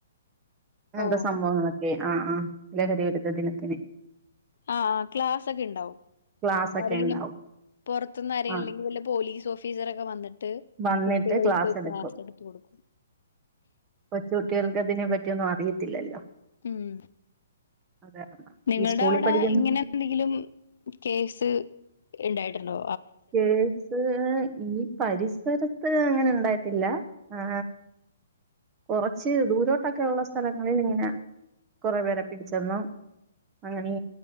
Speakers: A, on the right; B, on the left.
A: അങ്ങനത്തെ
B: ഓ
A: സംഭവങ്ങളൊക്കെ ആ ആ ലഹരി വിരുദ്ധ ദിനത്തിന്
B: ആ ആ് ക്ലാസ് ഒക്കെ ഉണ്ടാവും
A: ക്ലാസ് ഒക്കെ
B: ആരെങ്കിലും
A: ഉണ്ടാവും
B: പുറത്തുന്ന് ആരെങ്കിലുംങ്കിൽ
A: ആ
B: വല പോലീസ് ഓഫീസർ ഒക്കെ വന്നിട്ട്
A: വന്നിട്ട്
B: കുട്ടികൾക്ക്
A: എടുക്കും
B: ക്ലാസ് എടുത്ത കൊടുക്കും
A: കു കുട്ടികൾക്ക്തിനെ പറ്റിയൊന്നും അറിയത്തില്ലല്ലോ
B: ഉം
A: അത് കാരണം
B: നിങ്ങളുടെ
A: ഈ സ്കൂളിൽ
B: അവിടെ
A: പഠിക്കുന്ന
B: ഇങ്ങനെ എന്തെങ്കിലും കേസ് ഉണ്ടായിട്ടുണ്ടോ
A: കേസ് ഈ പരിസ്ഥ സരത്ത് അങ്ങനെ ഉണ്ടായിട്ടില്ല ആ കുറച്ച് ദൂരോട്ടൊക്കെ ഉള്ള സ്ഥലങ്ങളിൽ ഇങ്ങനെ കൊറെ പേരെ പിടിച്ചെന്നും അങ്ങനെ